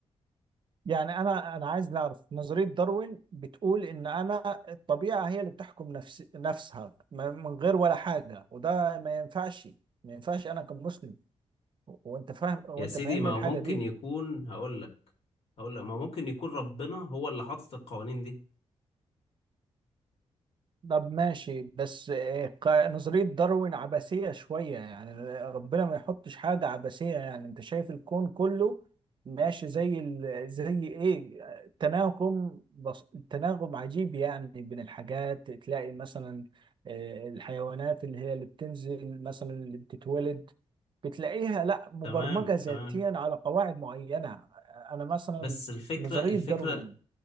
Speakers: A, on the right (about 45°); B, on the left (about 65°).
A: يعني انا انا عايز نعرف نظرية داروين بتقول ان انا الطبيعة هي اللي بتحكم نفس نفسها م- من غير ولا حاجة وده ما ينفعش ما ينفعش انا كمسلم و- وانت فاهم وانت
B: يا سيدي
A: فاهمني
B: ما
A: الحاجة
B: هو ممكن
A: دي
B: يكون هقول لك هقول لك ما ممكن يكون ربنا هو اللي حاطط القوانين دي
A: طب ماشي بس آه، قا- نظرية داروين عبثية شوية يعني ربنا ما يحطش حاجة عبثية يعني انت شايف الكون كله ماشي زي ال... زي ايه آه، تناغم بص... تناغم عجيب يعني بين الحاجات تلاقي مثلا آه، الحيوانات اللي هي اللي بتنزل مثلا اللي بتتولد بتلاقيها لا مبرمجة
B: تمام
A: ذاتيا
B: تمام
A: على قواعد معينة آه، انا مثلا
B: بس الفكرة
A: نظرية
B: الفكرة
A: داروين